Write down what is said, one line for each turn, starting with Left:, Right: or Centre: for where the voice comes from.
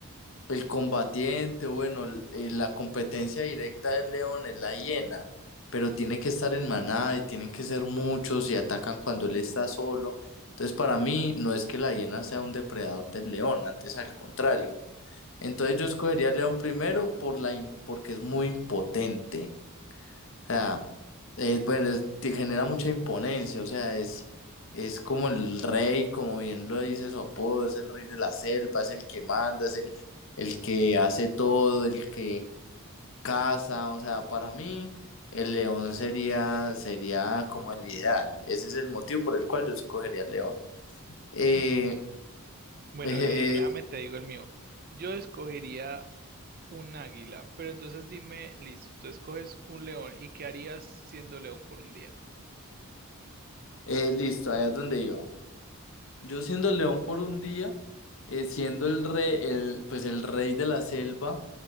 Left: El combatiente, bueno, l- eh, la competencia directa del león es la hiena, pero tiene que estar en manada y tienen que ser muchos y atacan cuando él está solo. Entonces, para mí, no es que la hiena sea un depredador del león, antes al contrario. Entonces, yo escogería al león primero por la, im- porque es muy impotente. O sea, eh, bueno, es- te genera mucha imponencia, o sea, es, es como el rey, como bien lo dice su apodo, es el rey de la selva, es el que manda, es el, el que hace todo, el que caza, o sea, para mí el león sería, sería como el ideal, ese es el motivo por el cual yo escogería el león. Eh,
Right: Mm. Bueno,
Left: <laughs> eh,
Right: eh, déjame
Left: eh,
Right: te digo el mío. Yo escogería Un águila. Pero entonces dime, listo, tú escoges un león. ¿Y qué harías siendo león por un día?
Left: eh, listo, allá es donde iba. Yo siendo león por un día, eh, siendo el rey, el, pues el rey de la selva,